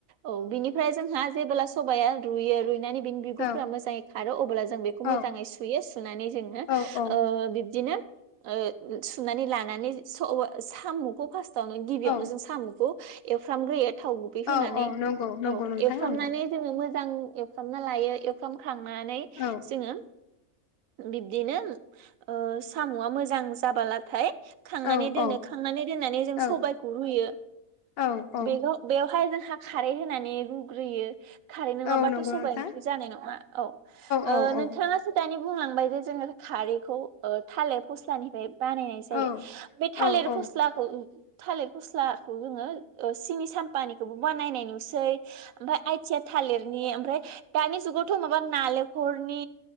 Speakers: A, on the right (about 85°); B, on the left (about 55°).
A: औ बिनिफ्राय जोंहा जेबोब्ला सबाया रुइयो रुइनानै बिन बिगुरफोरा
B: औ
A: मोजाङै खारो अब्ला जों बेखौ
B: औ
A: मोजाङै सुयो सुनानै जोङो
B: औ औ
A: बिबदिनो ओ सुनानै लानानै सामुखौ फार्स्टावनो गिबियावनो
B: औ
A: जों सामुखौ एवफ्रामग्रोयो थाव गुबै होनानै
B: औ औ नंगौ नंगौ
A: औ
B: नोंथां
A: एवफ्रामनानै
B: नंगौ
A: जोङो मोजां एवफ्रामना लायो एवफ्रामखांनानै
B: औ
A: जोङो बिब्दिनो ओ साम'आ मोजां जाबालाथाय खांनानै
B: औ
A: दोनो
B: औ
A: खांनानै दोननानै जों
B: औ
A: सबाइखौ रुयो।
B: औ औ
A: बे बेवहाय जोंहा खारै होनानै रुग्रोयो। खारै नङाबाथ'
B: औ नंगौ
A: सबाइ
B: नोंथां
A: ओंख्रि जानाय नङा औ
B: औ
A: ओ
B: औ
A: नोंथाङासो दानि बुंलांबाय जे जोङो खारैखौ ओ थालिर फस्लानिफ्राय बानायनाय जायो
B: औ
A: बे थालिर
B: औ
A: फस्लाखौ
B: औ
A: थालिर फस्लाखौ जोङो सिनि सामपानिखौबो बानाय सै ओमफाय आइथिया थालिरनि ओफ्राय दानि जुगावथ' माबा नाले खरनि